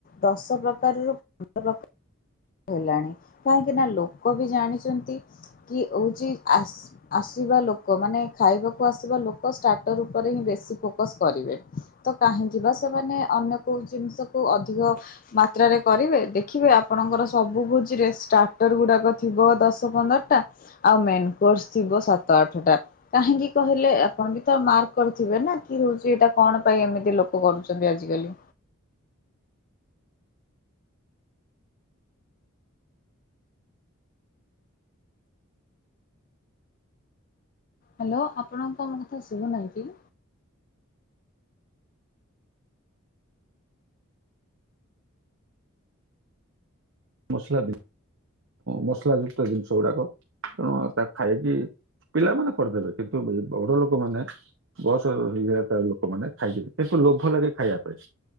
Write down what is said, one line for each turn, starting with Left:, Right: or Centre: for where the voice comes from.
Left: ଦଶ ପ୍ରକାରରୁ। ମ ର <unintelligible> ହେଲାଣି କାହିଁକି ନା ଲୋକ ବି ଜାଣିଛନ୍ତି କି ହଉଛି ଆ ଆସିବା ଲୋକ ମାନେ ଖାଇବାକୁ ଆସିବା ଲୋକ ଷ୍ଟାର୍ଟର ଉପରେ ହିଁ ବେଶୀ ଫୋକସ କରିବେ। ତ କାହିଁକି ବା ସେମାନେ ଅନ୍ୟ କୋଉ ଜିନିଷକୁୁ ଅଧିକ। ମାତ୍ରାରେ କରିବେ ଦେଖିବେ ଆପଣଙ୍କର। ସବୁ ଭୁଜିରେ ଷ୍ଟାର୍ଟର ଗୁଡ଼ାକ ଥିବ ଦଶ ପନ୍ଦରଟା। ଆଉ ମେନ୍ କୋର୍ସ ଥିବ ସାତ ଆଠଟା। କାହିଁକି କହିଲେ ଆପଣ ବି ତ ମାର୍କ କରିଥିବେ ନା କି ହଉଛି ଏଇଟା କଣ ପାଇଁ ଏମିତି ଲୋକ କରୁଛନ୍ତି ଆଜିକାଲି। ହ୍ୟାଲୋ ଆପଣଙ୍କୁ ଆମ କଥା ଶୁଭୁନାହିଁ କି।
Right: ମୁସଲ ଦିନ <unintelligible> ମସଲା ଯୁକ୍ତ ଜିନିଷ ଗୁଡାକ ତେଣୁ ତାକୁ ଖାଇକି। ପିଲାମାନେ କରିଦେବେ କିନ୍ତୁ ବଡ ଲୋକମାନେ। ବୟସ ହେଇଯଏ ତ ଲୋକମାନେ ଖାଇଯେ କିନ୍ତୁ ଲୋଭ ଲାଗେ ଖାଇବା ପାଇଁ।